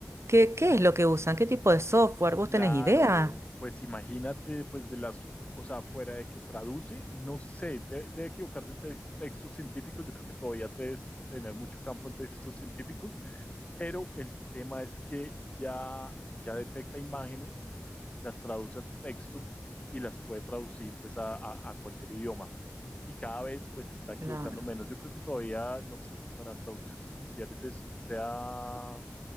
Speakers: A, on the right; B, on the left.
A: ¿Qué, qué es lo que usan? ¿Qué tipo de software? ¿Vos
B: Claro,
A: tenés idea?
B: pues imagínate, pues de las, o sea, fuera de que traduce, no sé, debe, debe equivocarse en te- textos científicos. Yo creo que todavía debes tener mucho campo en textos científicos pero el tema es que ya, ya detecta imágenes, las traduce a texto y las puede traducir pues a, a- a cualquier idioma. Y cada vez pues se está equivocando
A: Claro.
B: menos. Yo creo que todavía, no sé si para traducciones oficiales es- sea